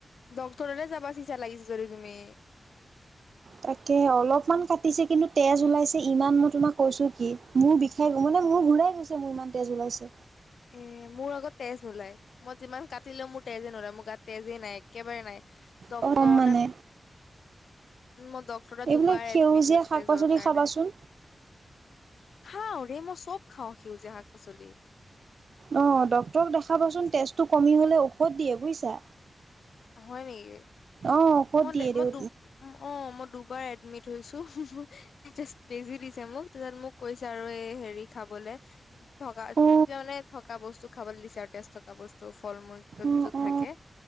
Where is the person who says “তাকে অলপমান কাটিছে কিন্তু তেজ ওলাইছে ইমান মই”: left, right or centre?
Right